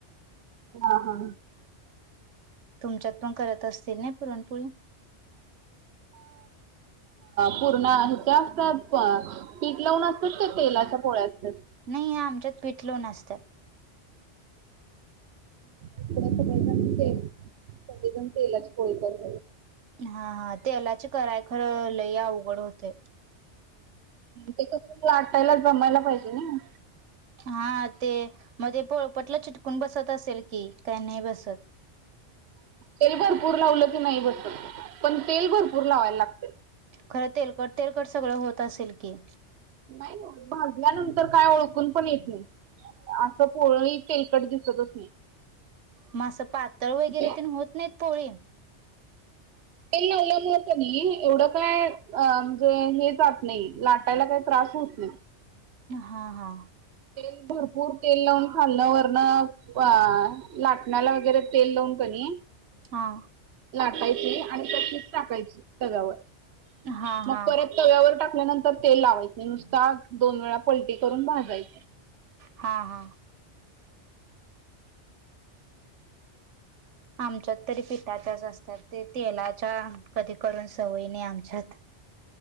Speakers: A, on the right (about 65°); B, on the right (about 80°).
A: ह हा
B: तुमच्यात पण करत असतील ना पुरणपोळी
A: पूर्ण आहे जास्त पीठ लावून असतात ते तेलाच्या पोळ्या असतात?
B: नाही या आमच्यात पिठ लो न असतात
A: इकड सडेजण ते सगडेजण तेलाच पळतात
B: हा हा तेलाचे कराय खरं लय अवघड होते
A: ते कला आटायलाच जमायला पाहिजे ना
B: हा ते मध्ये पोळपटला चिटकून बसत असेल की काही नाही बसत
A: तेल भरपूर लावल नाही बसत पण तेल भरपूर लावायला लागते
B: खरं तेलकट तेलकट सगळं होत असेल की
A: नाही भाजल्यानंतर काय ओळखून पण येत नाही असं पर्ही तेलकट दिसतच नाही
B: मग असं पातळ वगैरे
A: जे
B: ते होत नाहीत पोळी
A: तेल लावल्यामुळे एवढं काय अ म्हणजे हे जात नाही लाटायला काही त्रास होत नाही
B: हा हा
A: तेल भरपूर तेल लावून खालणं वरण अ लाटण्याला वगैरे तेल लावून कणी
B: हा
A: लाटायची आणि चच टाकायची तगावर
B: हा हा
A: मग परत तव्यावर टा आपल्या नंतर तेल लावायचं नुसता दोन वेळा पलटी करून भाजायचे
B: हा हा आमच्यात तरी पिठाच्याच असतात ते तेलाच्या कधी करून सवयी नाही आमच्यात